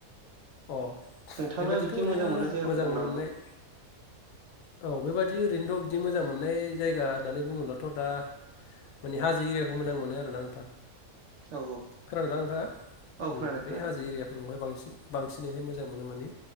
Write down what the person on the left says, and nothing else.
अ'
बेबादिथ'
ओरैनो
मोजां
मोननाय।
औ बेबादि ओरैनोथ' बिदि मोजां मोननाय जायगा होननानै बुङोब्लाथ' दा माने हाजो एरियाखौ मोजां मोनो आरोना नोंथां
खोनादों ना नोंथाङा?
उम
बै हाजो एरियाफोरखौहाय बांसिन-बांसिनैहाय मोजां मोनो माने।